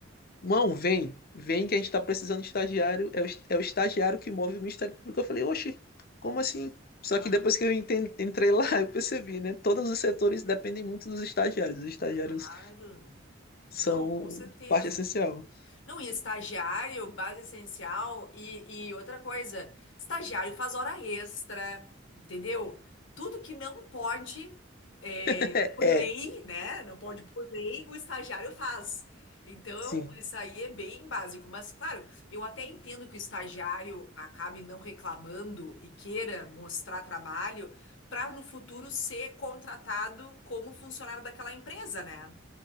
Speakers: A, on the left; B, on the left.
A: Mão, vem, vem que a gente tá precisando de estagiário. É o, é o estagiário que move o Ministério Público. Eu falei, oxe, como assim? Só
B: aham.
A: que depois que eu enten- entrei lá, <laughs> eu percebi, né? Todos os setores dependem muito dos estagiários. Os estagiários
B: Claro.
A: são
B: Não, com certeza.
A: parte essencial.
B: Não, e estagiário, base essencial, e, e outra coisa, estagiário faz hora extra, entendeu? Tudo que não pode, é,
A: <laughs>
B: por
A: É,
B: lei, né? Não pode por lei, o estagiário faz. Então,
A: sim,
B: isso aí é bem básico. Mas, claro, eu até entendo que o estagiário acabe não reclamando e queira mostrar trabalho para no futuro ser contratado como funcionário daquela empresa, né?